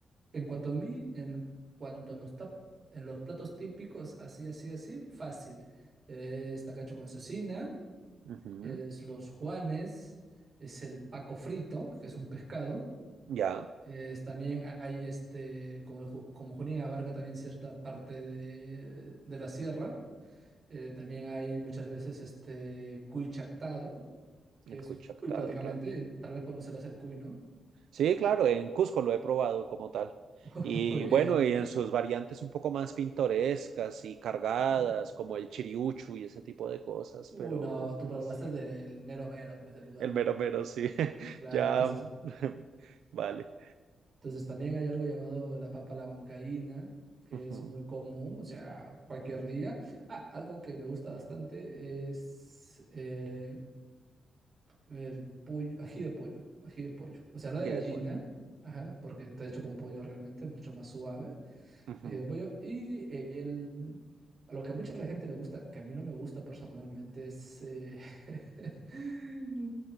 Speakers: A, on the right; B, on the right.
A: en cuanto a mí, en cuanto a los tap- en los platos típicos, así, así, así, fácil. Eh, Es tacacho con cecina,
B: Ujú,
A: es los juanes, es el paco frito, que es un pescado.
B: Ya,
A: Es- también hay, este, como, Ju- como Junín abarca también cierta parte de, de la sierra, eh, también hay muchas veces este cuy chactado, que
B: el
A: es
B: cuy chactado,
A: cuy prácticamente,
B: claro.
A: tal vez conocerás el cuy, ¿no?
B: Sí, claro, en Cusco lo he probado como tal.
A: <laughs>
B: Y
A: Muy bien.
B: bueno, y en sus variantes un poco más pintorescas y cargadas,
A: Mm.
B: como el chiriuchu y ese tipo de cosas,
A: Uy,
B: pero,
A: no, tú
B: pero
A: probaste
B: sí,
A: del mero mero, pues del lugar,
B: el mero mero, sí, <laughs>
A: claro,
B: ya,
A: entonces,
B: <laughs> vale.
A: entonces también hay algo llamado la papa a la huancaína, que
B: Ujú,
A: es muy común, o sea, cualquier día. Ah, algo que me gusta bastante es... eh, El pollo, ají de pollo, ají de pollo. O sea, no
B: Ají
A: de gallina,
B: de pollo.
A: ajá, porque está hecho con pollo realmente, mucho más suave,
B: Ujú.
A: ají de pollo. Y el, a lo que a mucha la gente le gusta, que a mí no me gusta personalmente, es... eh, <laughs>